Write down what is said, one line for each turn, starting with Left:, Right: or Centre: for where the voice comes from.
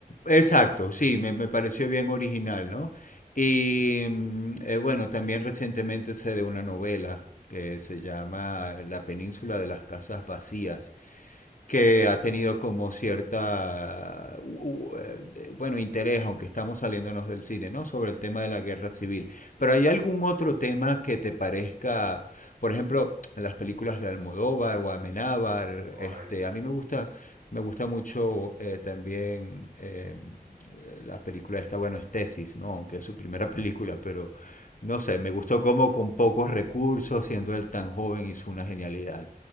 Left: Exacto, sí, me, me pareció
Right: sí.
Left: bien original, ¿no? Y mm, eh, bueno, también recientemente sé de una novela que se llama La península de las casas vacías que
Right: Ah,
Left: ha tenido como cierta, u- u- eh, bueno, interés, aunque estamos saliéndonos del cine, ¿no? Sobre el tema de la guerra civil. Pero ¿hay algún
Right: ujú.
Left: otro tema que te parezca, por ejemplo, las películas de Almodóvar o Amenábar?
Right: Correcto.
Left: Este, a mí me gusta, me gusta mucho eh, también eh, las películas esta, bueno, es Tesis, ¿no? Aunque es su primera <laughs> película, pero no sé, me gustó como con pocos recursos, siendo él tan joven, hizo una genialidad.